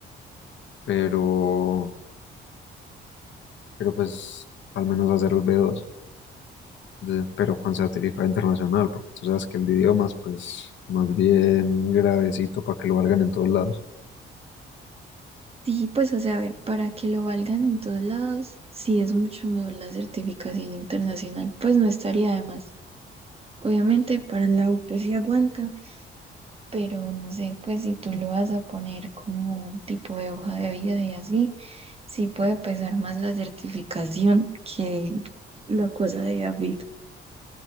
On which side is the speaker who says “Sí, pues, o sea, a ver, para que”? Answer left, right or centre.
Right